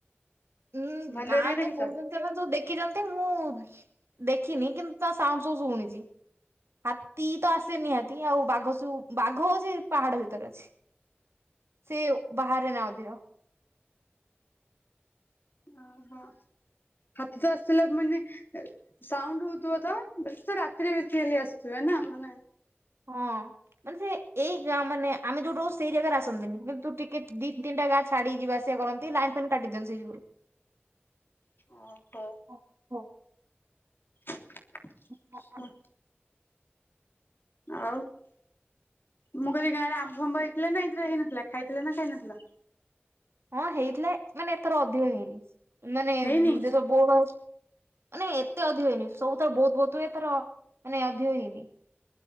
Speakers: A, on the right; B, on the left.
A: ଉଁ
B: ଭାଲୁ
A: ଗାଁରେ
B: ହେରିକା ଦେଖିଛ?
A: ତ କହୁଚନ୍ତି ସେମାନେ ସବୁ ଦେଖିଚନ୍ତି ମୁଁ ଦେଖିନି କିନ୍ତୁ ତା ସାଉଣ୍ଡ ସବୁ ଶୁଣିଚି। ହାତୀ ତ ଆସେ ନିହାତି ଆଉ ବାଘସବୁ ବାଘ ଅଛି ପାହାଡ ଭିତରେ ଅଛି। ସେ ବାହାରେ ନଥିବ।
B: ଅହ ହାତୀ ତ ଆସିଲା ମାନେ ସାଉଣ୍ଡ ହଉଥିବ ତ ସେ ରାତିରେ ବେଶୀ ହେଲେ ଆସୁଥିବେ ନା ମାନେ
A: ହଁ ମାନେ ସେ ଏଇ ଗାଁ ମାନେ ଆମେ ଯୋଉଠୁ ରହୁ ସେଇ ଜାଗାରେ ଆସନ୍ତିନି କିନ୍ତୁ ଟିକେ ଦି ତିନିଟା ଗାଁ ଛାଡିକି ଯିବା ଆସିବା କରନ୍ତି ଲାଇନ୍ ଫାଇନ୍ କାଟିଦିଅନ୍ତି ସେଇଯୁଗୁରୁ।
B: ହଁ ପା
A: ଓହୋ।
B: <inaudible>
A: <unintelligible>
B: ହ ଆଉ। ମୁଁ କହିଲି ଗାଁରେ ଆମ୍ବଫାମ୍ବ ହେଇଥିଲା ନା ଏଇଥର ହେଇନଥିଲା ଖାଇଥିଲ ନା ଖାଇନଥିଲ।
A: ହଁ ହେଇଥିଲା ମାନେ ଏଥର ଅଧିକ ହେଇନି ମାନେ
B: ହେଇନି
A: ଯେ ସବୁ ବୋଉଳ ମାନେ ଏତେ ଅଧିକ ହେଇନି ସବୁଥର ବହୁତ ବହୁତ ହୁଏ ଏଥର ମାନେ ଅଧିକ ହେଇନି।